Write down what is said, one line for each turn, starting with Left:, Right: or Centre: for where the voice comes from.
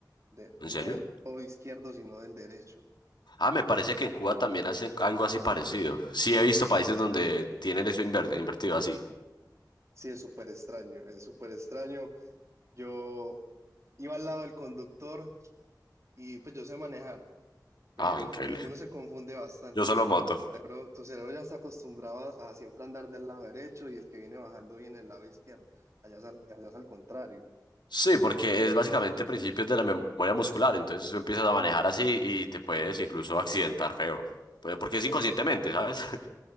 Right: de- no
Left: ¿en serio?
Right: del lado izquierdo, sino del derecho.
Left: Ah, me parece que en Cuba también hacen algo así parecido. Sí, he visto países donde tienen eso inver- invertido así.
Right: Sí, es súper extraño, es súper extraño. Yo iba al lado del conductor y pues yo sé manejar, pero
Left: Ah, increíble.
Right: cre- uno se confunde bastante
Left: Yo solo
Right: porque
Left: moto.
Right: tu cerebro, tu cerebro ya está acostumbrado a, a siempre andar del lado derecho y el que viene bajando viene del lado izquierdo. Allá es al- allá es al contrario.
Left: Sí, porque es básicamente principios de la memoria muscular, entonces tú empiezas a manejar así y te puedes incluso accidentar feo. Pues, Porque es inconscientemente, ¿sabes? <laughs>